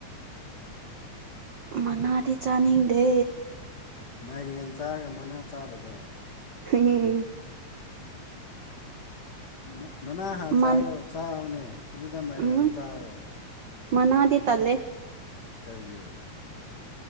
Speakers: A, on the right; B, on the left.
A: ꯃꯅꯥꯗꯤ ꯆꯥꯅꯤꯡꯗꯦ
B: ꯃꯥꯏꯔꯦꯟ ꯆꯥꯔꯒ ꯃꯅꯥ ꯆꯥꯗꯕ
A: <unintelligible>
B: ꯃꯠ ꯃꯅꯥ ꯍꯥꯟ
A: ꯃꯟ
B: ꯆꯥꯗꯧ ꯆꯥꯎꯅꯦ ꯑꯗꯨꯗ ꯃꯥꯏꯔꯦꯟ
A: ꯎꯝ
B: ꯑꯃꯨꯛ ꯆꯥꯎꯋꯣ
A: ꯃꯅꯥꯗꯤ ꯇꯜꯂꯦ
B: ꯀꯩꯒꯤ